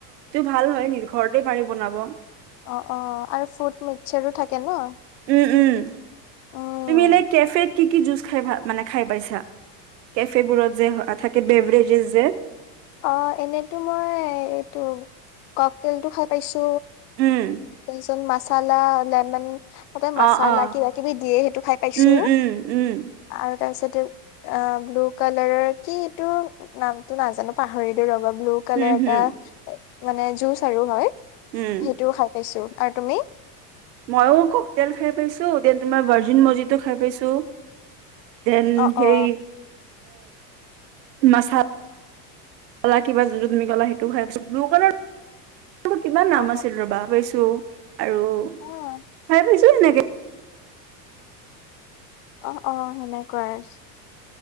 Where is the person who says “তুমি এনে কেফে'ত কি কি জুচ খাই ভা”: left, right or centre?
Right